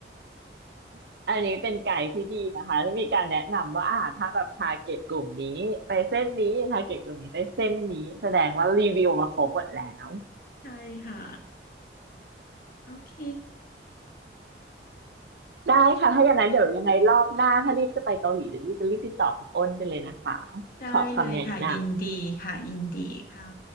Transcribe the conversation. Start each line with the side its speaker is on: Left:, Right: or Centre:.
Right: <laughs> อันนี้เป็นไกด์ที่ดีนะคะที่มีการแนะนำว่าอ่าถ้าแบบทาร์เกตกลุ่มนี้ไปเส้นนี้ทาร์เกตกลุ่มนี้ไปเส้นนี้แสดงว่ารีวิวมาครบหมดแล้ว
Left: ใช่ค่ะโอเค
Right: ได้ค่ะถ้าอย่างนั้นเดี๋ยวยังไงรอบหน้าถ้ารีบจะไปเกาหลีเดี๋ยวรีบจะรีบติดต่อคุณอ้นไปเลยนะคะ
Left: ได้เลยค่ะยินดีค่ะยินดีค่ะ
Right: ขอคำแนะนำ